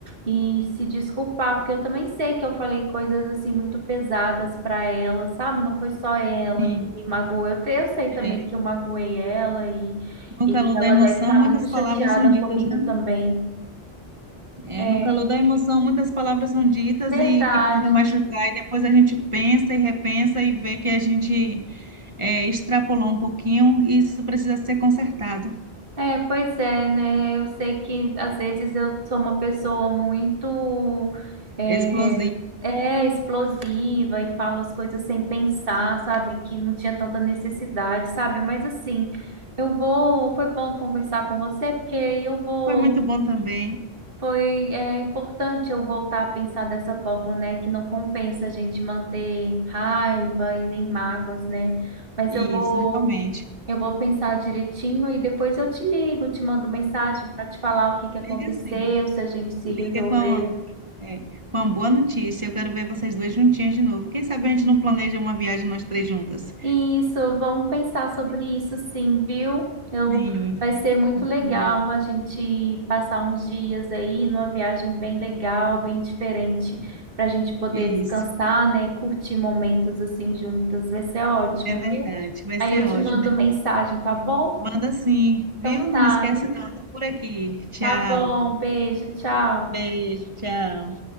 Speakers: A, on the right; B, on the right.
A: e se desculpar, porque eu também sei que eu falei coisas assim muito pesadas para ela, sabe? Não foi só ela
B: Sim,
A: que me magoou. Eu, te- eu sei também
B: é,
A: que eu magoei ela e,
B: no
A: e
B: calor
A: que ela
B: da emoção,
A: deve estar
B: muitas
A: muito
B: palavras
A: chateada
B: são
A: comigo
B: ditas, né?
A: também.
B: É,
A: É
B: no calor da emoção, muitas palavras são ditas
A: verdade.
B: e que podem machucar, e depois a gente pensa e repensa e vê que a gente é, extrapolou um pouquinho e isso precisa ser consertado.
A: É, pois é, né? Eu sei que às vezes eu sou uma pessoa muito é,
B: Explosiva,
A: é, explosiva e falo as coisas sem pensar, sabe? Que não tinha tanta necessidade, sabe? Mas assim, eu vou. Foi bom conversar com você, porque aí eu vou.
B: foi muito bom também,
A: Foi é, importante eu voltar a pensar dessa forma, né? Que não compensa a gente manter raiva e nem mágoas, né? Mas
B: isso,
A: eu vou.
B: realmente.
A: Eu vou pensar direitinho e depois eu te ligo, te mando mensagem para te falar o que que aconteceu,
B: Liga sim.
A: se a gente se
B: Liga
A: resolveu.
B: com uma, é, com uma boa notícia. Eu quero ver vocês dois juntinhas de novo. Quem sabe a gente não planeja uma viagem nós três juntas.
A: Isso, vamos pensar sobre isso sim, viu? Eu,
B: Sim,
A: vai ser muito legal
B: viu?
A: a gente passar uns dias aí numa viagem bem legal, bem diferente, para a gente poder
B: Isso,
A: descansar, né, e curtir momentos assim juntas. Vai ser ótimo,
B: é verdade.
A: viu?
B: Vai
A: Aí
B: ser
A: eu te
B: ótimo.
A: mando mensagem, tá bom?
B: Manda sim, viu?
A: Então tá,
B: Não me esquece
A: viu?
B: não. Tô por aqui. Tchau.
A: Tá bom, beijo, tchau.
B: Beijo, tchau.